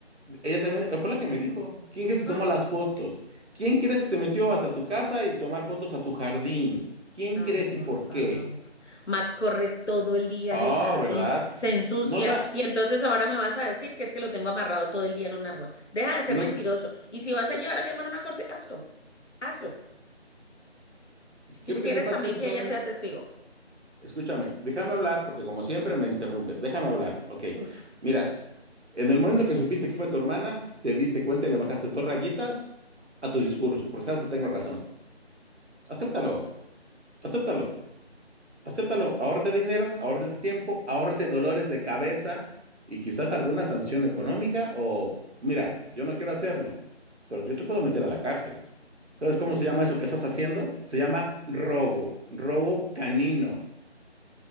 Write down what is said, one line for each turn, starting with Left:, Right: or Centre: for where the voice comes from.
Right: Ella también eh, fue la que me dijo. ¿Quién crees que
Left: Ah.
Right: tomó las fotos? ¿Quién crees que se metió hasta tu casa y tomar fotos a tu jardín? ¿Quién
Left: Ay,
Right: crees
Left: por
Right: y por
Left: favor.
Right: qué?
Left: Max corre todo el día
Right: Oh,
Left: en el jardín,
Right: ¿verdad?
Left: se ensucia
Right: Nota,
Left: y entonces ahora me vas a decir que es que lo tengo amarrado todo el día en un árbol. Deja de ser
Right: no,
Left: mentiroso. Y si vas a llevar a mi hermano a una corte, hazlo. Hazlo.
Right: qu-
Left: Si
Right: quiero
Left: quieres
Right: que sepas
Left: también
Right: que eso
Left: que
Right: solamente,
Left: ella sea testigo.
Right: escúchame, déjame hablar, porque como siempre me interrumpes, déjame hablar, ok.
Left: Uf,
Right: Mira, en el momento que supiste que fue tu hermana, te diste cuenta y le bajaste dos rayitas a tu discurso, porque sabes que tengo
Left: claro
Right: razón.
Left: que no.
Right: Acéptalo,
Left: Ay, por favor.
Right: acéptalo. Acéptalo, ahórrate dinero, ahórrate tiempo, ahórrate dolores de cabeza y quizás alguna sanción económica o, mira, yo no quiero hacerlo, pero yo te puedo meter a la cárcel. ¿Sabes cómo se llama eso que estás haciendo? Se llama robo, robo canino.